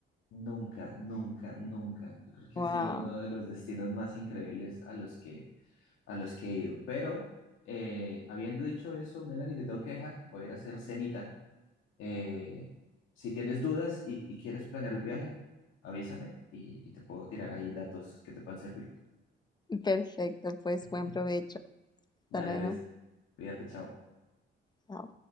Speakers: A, on the left; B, on the left.
A: Nunca, nunca, nunca. Yo creo que
B: Wow.
A: ha sido uno de los destinos más increíbles a los que, a los que he ido. Pero eh, habiendo dicho eso, Melanie, te tengo que dejar. Voy a ir a hacer cenita. Eh, si tienes dudas y, y quieres planear el viaje, avísame y, y te puedo tirar ahí datos que te puedan servir.
B: Perfecto, pues
A: <laughs>
B: buen provecho.
A: Dale,
B: Hasta luego.
A: pues, cuídate, chao.
B: Chao.